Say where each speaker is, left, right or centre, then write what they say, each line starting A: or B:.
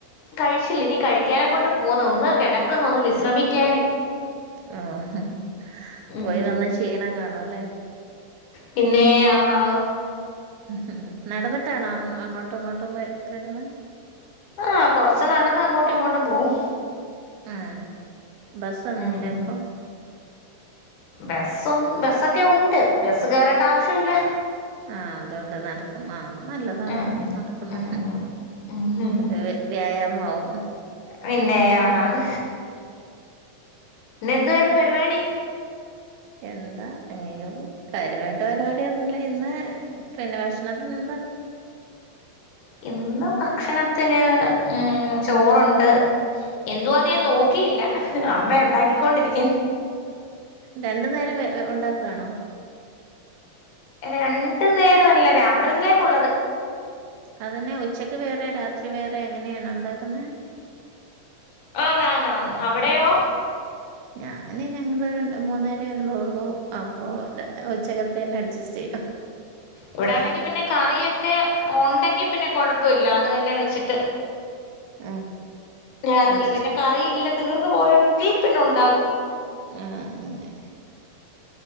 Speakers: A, on the left (about 65°); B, on the right (about 75°).
A: കഴിച്ചില്ല ഇനി കഴിക്കാനെ കൊണ്ട് പോനു ഒന്ന് കിടക്കുന്നു ഒന്ന് വിശ്രമിക്കാന്
B: ആഹ്
A: ഉം
B: പോയി വന്നാ ക്ഷീണം കാണോല്ലേ
A: പിന്നെ ആനന്
B: ഉം നടന്നിട്ടാണോ അങ്ങോട്ടും ഇങ്ങോട്ടും വ വരുന്നേ
A: ആഹ് കൊറച്ച് നടന്ന് അങ്ങോട്ടും ഇങ്ങോട്ടും പോവും
B: ആഹ് ബസ്സൊന്നുല്ലെ
A: ഉം ഉം
B: അപ്പൊ
A: ബസ്സും ബസ്സൊക്കെ ഉണ്ട് ബസ് കയറേണ്ട ആവിശ്യല്ല
B: ആഹ് അതൊണ്ട് നടക്കും ആഹ് നല്ലതാട്ടോ
A: ഉം
B: നടക്കുന്നെ
A: ഉം ഉം ഉം ഉം
B: അത് വ്യായാമമാവും
A: പിന്നെ അതാണ് ഇന്ന് എന്തുവായിരുന്നു പരിപാടി
B: എന്താ അങ്ങനെ കാര്യമായിട്ട് പരിവാട്യോന്നുംല്ല ഇന്ന് പിന്നെ ഭക്ഷണത്തിന് എന്താ
A: ഇന്ന് ഭക്ഷണത്തിന് ഉം ചോറുണ്ട് എന്തുവാന്ന് ഞാൻ നോക്കിയില്ല അമ്മ ഉണ്ടാക്കിക്കൊണ്ടിരിക്ക്
B: രണ്ടു നേരം ഉണ്ടാക്കാണോ
A: രണ്ട് നേര അല്ല രാത്രിത്തിലേക്കുള്ളത്
B: അതുതന്നെ ഉച്ചക്ക് വേറെ രാത്രി വേറെ എങ്ങനെയാണ് ഉണ്ടാക്കുന്നത്
A: ആഹ് നന്നാണ് അവിടെയോ
B: ഞാന് ഞങ്ങള് ര മൂന്നേരേ ഉള്ളള്ളൂ അപ്പോ ഉച്ചകത്തെന്നെ അഡ്ജസ്റ്റ് ചെയ്തു
A: ഇവിടെ ആണെങ്കി പിന്നെ കറിയൊക്കെ ഉണ്ടെങ്കി പിന്നെ കൊഴപ്പില്ല അതെന്നെ വെച്ചിട്ട്
B: ആഹ്
A: രാത്രില്
B: അഡ്ജസ്റ്റ്
A: പിന്നെ കറിയില്ല തീർന്നു പോയെങ്കിൽ പിന്നെ ഉണ്ടാകും
B: ആഹ് അങ്ങനെ